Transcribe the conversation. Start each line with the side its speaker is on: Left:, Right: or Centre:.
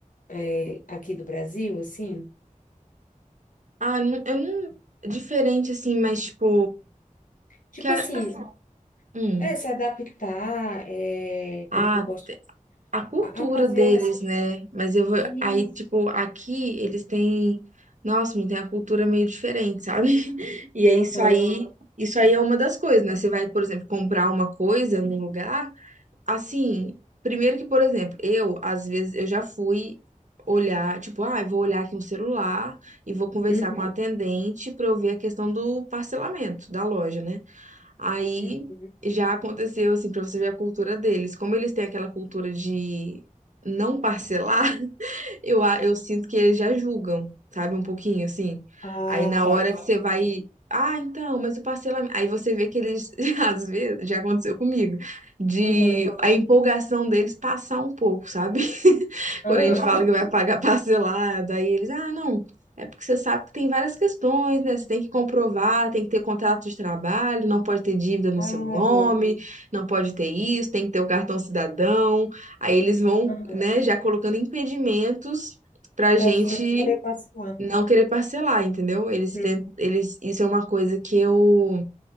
Left: eh, aqui do Brasil, assim?
Right: Ah, nu- eu não. Diferente assim, mas tipo.
Left: Tipo
Right: Que a-
Left: assim,
Right: hum.
Left: É, se adaptar, é,
Right: Ah,
Left: como que eu posso,
Right: a cultura
Left: a, a fazer
Right: deles,
Left: as...
Right: né? Mas eu vou.
Left: Isso,
Right: Aí, tipo, aqui eles têm. Nossa, me tem a cultura meio diferente, sabe? <laughs> E é isso
Left: aham,
Right: aí. Isso aí é uma das coisas, né? Você vai, por exemplo, comprar uma coisa num lugar. Assim, primeiro que, por exemplo, eu, às vezes, eu já fui olhar, tipo, ah, eu vou olhar aqui um celular e vou conversar
Left: uhum,
Right: com a atendente pra eu ver a questão do parcelamento da loja, né? Aí
Left: uhum.
Right: já aconteceu, assim, pra você ver a cultura deles. Como eles têm aquela cultura de não parcelar, eu, a- eu sinto que eles já julgam, sabe? Um pouquinho, assim.
Left: Ah,
Right: Aí na
Left: tá,
Right: hora que você vai. Ah, então, mas o parcelamento. Aí você vê que eles, <laughs> às vezes, já aconteceu comigo, de
Left: aham,
Right: a empolgação deles passar um pouco, sabe? <laughs>
Left: aham.
Right: Quando a gente fala que vai pagar parcelado, aí eles, ah, não, é porque você sabe que tem várias questões, né? Você tem que comprovar, tem que ter contrato de trabalho, não pode ter dívida no
Left: Ai,
Right: seu nome,
Left: meu Deus,
Right: não pode ter isso, tem que ter o cartão cidadão. Aí eles vão,
Left: aham.
Right: né, já colocando impedimentos pra
Left: Pra
Right: gente
Left: tu não querer passar.
Right: não querer parcelar, entendeu? Eles
Left: Uhum.
Right: tentam, eles, isso é uma coisa que eu